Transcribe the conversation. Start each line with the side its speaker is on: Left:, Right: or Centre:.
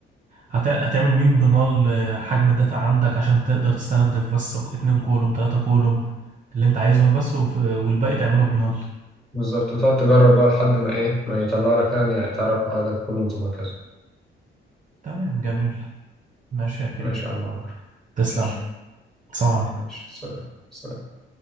Right: هت... هتعمل مين بنال آه، حجم الداتا عندك عشان تقدر تستهدف بس اتنين كولوم تلاتة كولوم اللي انت عايزهم بس وف... والباقي تعمله بنال
Centre: بالظبط وتقعد تجرب بقى لحد ما ايه ما يطلع لك يعني تعرف عدد الكولومز وهكذا
Right: تمام جميل ماشي يا كريم
Centre: ماشي يا عم عمرو
Right: تسلم
Centre: ماشي
Right: سلام عليكم.
Centre: ماشي سلام سلام